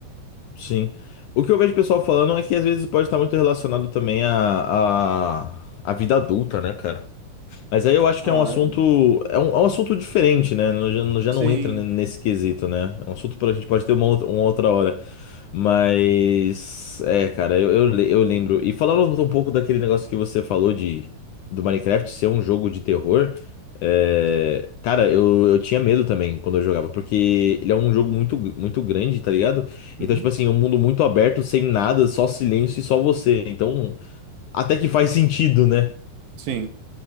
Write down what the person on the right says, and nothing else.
Ah,
eu...
Sim.
Uhum.
Sim.